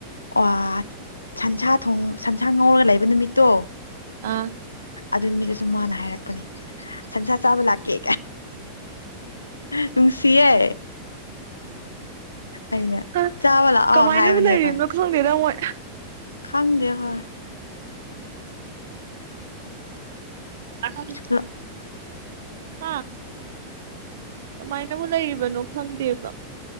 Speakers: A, on the left (about 75°); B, on the right (about 60°).
A: ꯑꯣ ꯁꯟꯁꯥ ꯊꯣꯡ ꯁꯟꯁꯥ ꯉꯧꯔꯒ ꯂꯩꯕ ꯅꯨꯃꯤꯠꯇꯣ
B: ꯑꯥ
A: ꯑꯗꯨ ꯅꯨꯃꯤꯠꯇꯁꯨ ꯃꯥꯅ ꯍꯥꯏꯔꯛꯄꯅꯦ ꯁꯟꯁꯥ ꯆꯥꯕ ꯂꯥꯛꯀꯦ ꯅꯨꯡꯁꯤꯌꯦ ꯑꯩꯅ
B: ꯑ
A: ꯆꯥꯕ ꯂꯥꯛꯑꯣ
B: ꯀꯃꯥꯏꯅꯕꯨ
A: ꯍꯥꯏꯕꯅꯦꯕ
B: ꯂꯩꯔꯤꯅꯣ ꯈꯪꯗꯦꯗ ꯃꯣꯏ
A: ꯈꯪꯗꯦ ꯍꯣꯏ
B: ꯑ
A: ꯎ
B: ꯍꯥ ꯀꯃꯥꯏꯅꯕꯨ ꯂꯩꯔꯤꯕꯅꯣ ꯈꯪꯗꯦꯕ